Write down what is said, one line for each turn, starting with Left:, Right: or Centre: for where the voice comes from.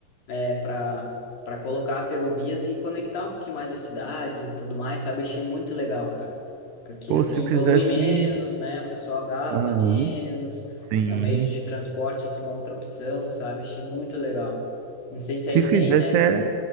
Left: é, para para colocar ferrovias e conectar um pouquinho mais as cidades e tudo mais, sabe? Achei muito legal, cara. Porque,
Right: Pô,
Left: assim,
Right: se fizesse.
Left: polui menos, né, o pessoal gasta
Right: Aham.
Left: menos,
Right: Sim.
Left: é um meio de transporte, assim, uma outra opção, sabe? Achei muito legal. Não sei se
Right: Se
Left: aí
Right: fizesse,
Left: tem, né?
Right: era,